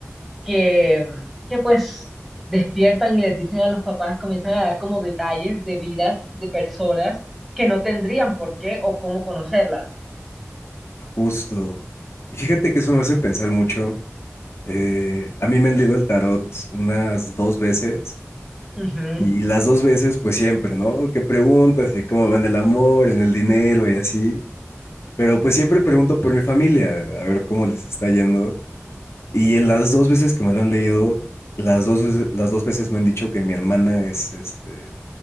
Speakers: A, in the centre; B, on the left (about 60°).
A: que, que pues despiertan y les dicen a los papás, comienzan a dar como detalles de vidas de personas que no tendrían por qué o cómo conocerlas.
B: justo. Y fíjate que eso me hace pensar mucho Eh, a mí me han leído el tarot unas dos veces
A: Ujú.
B: y las dos veces pues siempre, ¿no? Que preguntas y cómo va en el amor, en el dinero y así. Pero pues siempre pregunto por mi familia, a ver cómo les está yendo. Y en las dos veces que me lo han leído, las dos, veces- las dos veces me han dicho que mi hermana es este,